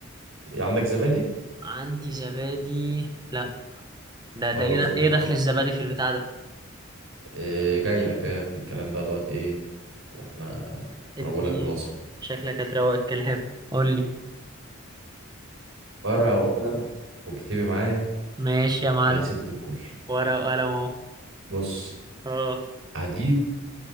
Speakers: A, on the right (about 70°); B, on the right (about 20°).
A: عندك زبادي
B: عندي زبادي لا ده ده
A: خلاص
B: ايه ده
A: اطلب
B: ايه دخل
A: برضه
B: الزبادي في البتاع ده
A: آه، جاي لك جاي لك في الكلام بقى دلوقتي ايه واحنا
B: اديني
A: وانا بقول لك الوصف
B: شكلك هتروق الكلام قول لي
A: ورقه وقلم واكتبي معايا
B: ماشي يا معلم
A: يا ست الكل
B: ورقة وقلم اهو
A: بص
B: اه
A: هتجيب